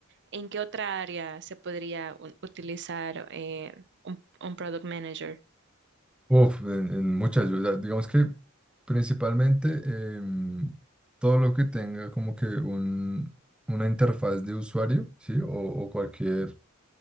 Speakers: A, on the right; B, in the centre.
A: en qué otra área se podría un- utilizar eh, un, un product manager?
B: Uf, en, en muchas, yo- la- digamos que principalmente em, todo lo que tenga como que un, una interfaz de usuario, ¿sí? O, o cualquier,